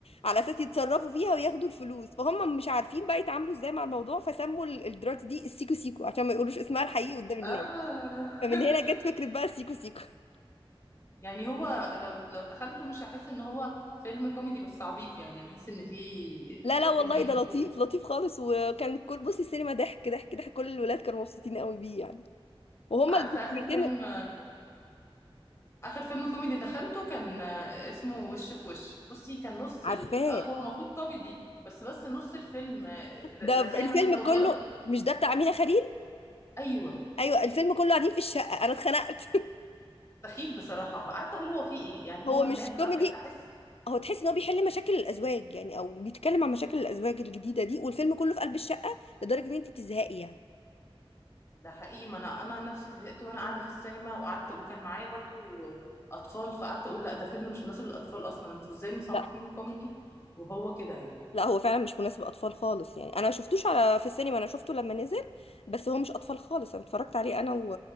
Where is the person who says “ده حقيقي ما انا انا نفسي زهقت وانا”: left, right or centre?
Left